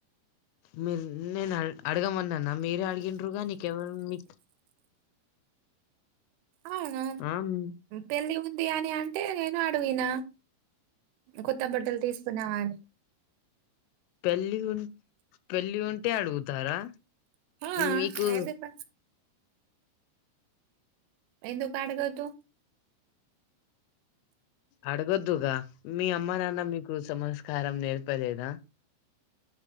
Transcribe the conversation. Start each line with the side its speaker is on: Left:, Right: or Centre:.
Left: మీరు నేను అడగమన్నాన్న మీరే అడిగిండ్రుగా నీకేవ మీ
Right: అవును
Left: ఆ ఉమ్,
Right: పెళ్లి ఉంది అని అంటే నేను అడిగిన కొత్త బట్టలు తీసుకున్నావాని
Left: పెళ్లి ఉన్ పెళ్లి ఉంటే అడుగుతారా
Right: ఆ!
Left: మీకు
Right: ఎందుకు ఎందు కడగ తూ
Left: అడగొద్దుగా మీ అమ్మ నాన్న మీకు సంస్కారం నేర్పలేదా